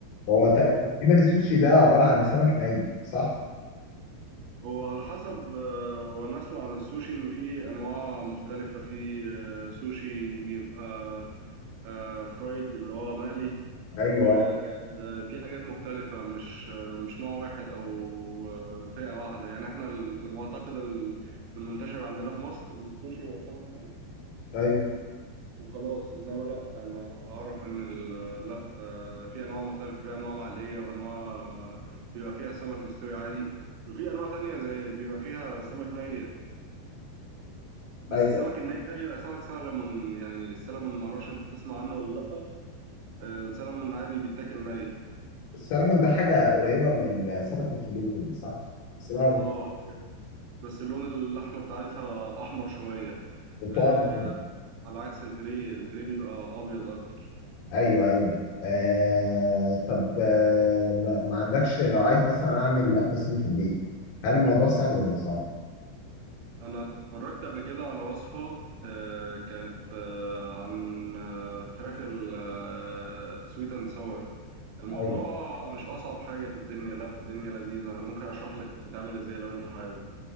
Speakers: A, on the left; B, on the right.
A: هو تقريبا السوشي ده عبارة عن سمك ني صح؟
B: هو على حسب آه، وانا اسمع عن السوشي ان في انواع مختلفة في آه، سوشي بيبقى آه، فرايد اللي هو مقلي
A: ايوه
B: وفي حاجات مختلفة مش آه، مش نوع واحد او آه، فئة واحدة يعني احنا المعتقد المنتشر عندنا في مصر ان السوشي هو سمك ني
A: ايوه
B: وخلاص انما لا انا اعرف ان ال لا آه، في انواع مختلفه في انواع معليه وانواع آه، بيبقى فيها سمك مستوي عادي وفي انواع تانية زي بيبقى فيها سمك ني
A: ايوه
B: بس السمك الني ده بيبقى سمك سلمون يعني السلمون ما اعرفش انت تسمع عنه ولا لا آه، السلمون عادي بيتاكل ني
A: السلمون ده حاجة قريبة من السمك الفليتون صح؟ بس انا
B: اه حاجة- بس اللون اللحمه بتاعتها احمر شويه
A: بطعم
B: آه،
A: كده
B: على عكس الفيليه الفيليه بيبقى ابيض اكتر
A: ايوه ايوه آه طب آه ما ما عندكش لو عايز مثلا اعمل اكل صيني في البيت هل الموضوع سهل ولا صعب؟
B: انا اتفرجت قبل كده على وصفة آه، كانت آه، عن آه، فراخ السويت اند ساور الموضوع
A: ايوه
B: مش اصعب حاجة في الدنيا لا الدنيا لذيذة انا ممكن اشرح لك تتعمل ازاي لو انت حابب